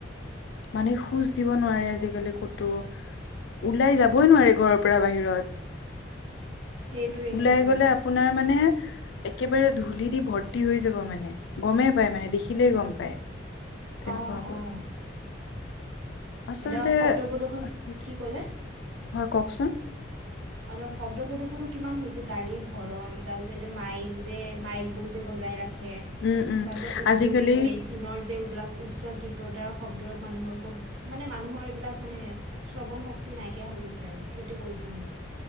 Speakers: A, on the left; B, on the right.
A: মানে খোজ দিব নোৱাৰে আজিকালি ক'তো, ওলাই
B: উম
A: যাবই নোৱাৰে ঘৰৰ পৰা বাহিৰত,
B: সেইটোৱে সেইটোৱে
A: ওলাই গলে আ আপোনাৰ মানে, একেবাৰে ধূলি দি ভৰ্তি হৈ যাব মানে গমেই পায় মানে দেখিলেই গম পায়। তেনেকুৱা
B: অ,
A: অৱস্থা।
B: অ,
A: আচলতে
B: এতিয়া শব্দ
A: সেইটোৱে।
B: প্ৰদূষণ কি ক'লে?
A: হয় কওকচোন।
B: অ, শব্দ প্ৰদূ্ষনো কিমান হৈছে গাড়ীৰ হৰণ তাৰ পিছত এতিয়া মাইক যে মাইক বোৰ যে বজাই ৰখে,
A: উম উম
B: তাৰপিছত উদ্যোগিক
A: আজিকালি
B: মে চীনৰ যবিলাক উচ্চ তীব্ৰতাৰ শব্দ মানুহৰ মানে মানুহৰ এইবিলাক মানে শ্ৰৱণ শক্তি নাইকিয়া হৈ গৈছে আৰু ক্ষতি কৰিছে বহুত।